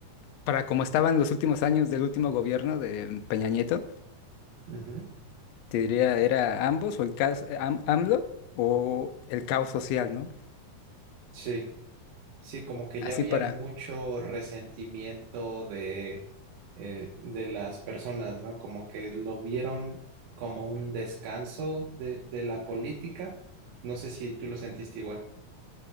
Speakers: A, on the left (about 75°); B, on the right (about 85°).
A: Para como estaban los últimos años del último gobierno de Peña Nieto,
B: Ujú,
A: te diría, era ambos o el caos, eh, am- AMLO o el caos social, ¿no?
B: Sí. Sí, como que
A: Así
B: ya había
A: para...
B: mucho resentimiento de, eh, de las personas, ¿no? Como que lo vieron como un descanso de, de la política. No sé si tú lo sentiste igual.